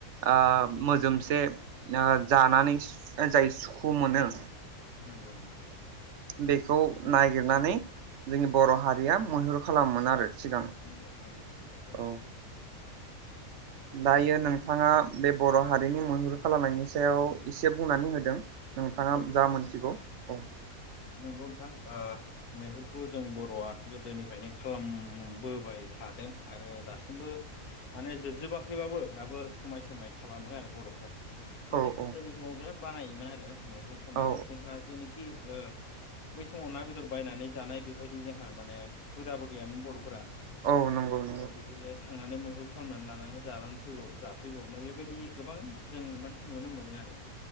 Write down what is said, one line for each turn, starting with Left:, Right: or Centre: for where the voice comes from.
Right: ओ मोजोमसे ओ जानानै जाय सुखु मोनो
Left: नंगौ नंगौ
Right: बेखौ नागिरनानै जोंनि बर' हारिया मैहुर खालामोमोन आरो सिगां
Left: नंगौ नोंथां नंगौ नंगौ
Right: औ
Left: औ
Right: दायो नोंथाङा बे बर' हारिनि मैहुर खालामनायनि सायाव एसे बुंनानै होदों नोंथाङा
Left: नंगौ
Right: जा मोनथिगौ औ
Left: नंगौ नोंथां ओ मैहुरखौ जों बर'आ गोदोनिफ्रायनो खालामबोबाय थादों आरो दासिमबो माने जोबजोबाखैबाबो दाबो समाय समाय खालामो आरो बर'फ्रा नाथाय
Right: औ
Left: गोदोनि समाव बिराद बानायोमोन आरो मैहुर खालामनानै
Right: औ
Left: जोंहा जेनिखि ओ बै समाव ना बेदर बायनानै जानाय बेबायदि जोंहा माने हुदाबो गैयामोन बर'फोरा ओ
Right: औ नंगौ नंगौ
Left: बिदिनो थांनानै मैहुर खालामनानै लानानै जानानै फै जाफैब्रबनाय बेबायदि गोबां जों माने नुनो मोनो आरो